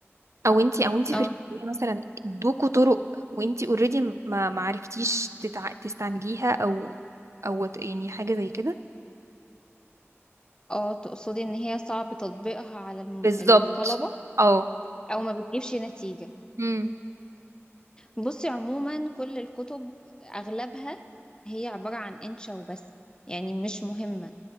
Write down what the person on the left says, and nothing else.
اه
اه تقصدي ان هي صعب تطبيقها على الم-
الطلبة
او ما بتجيبش نتيجة
بصي عموما كل الكتب اغلبها هي عبارة عن انشا وبس يعني مش مهمة